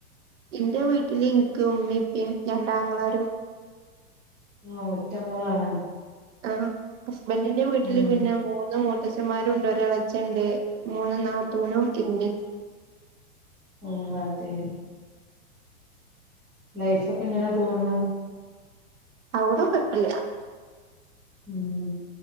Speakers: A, on the right; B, in the centre.
A: ഇന്റെ വീട്ടില് ഇൻക്ക് ഉമ്മിം ഇപ്പിം രണ്ടാങ്ങളാരും
B: ഓഹ് ഒറ്റ മോളാണ്
A: ആഹ് ഹസ്ബൻ്റിന്റെ വീട്ടില്
B: ഉം
A: പിന്നെ മൂന്ന് മൂ ത്തച്ച്ചന്മാരൂണ്ട് ഒരളച്ചൻ ണ്ട് മൂന്ന് നാത്തൂനും ഇമ്മിം
B: ഉം അതെ. ലൈഫ് ഒക്കെ എങ്ങനെ പോവുന്നു?
A: അവ്ട കൊയ്പ്പല്ല.
B: ഉം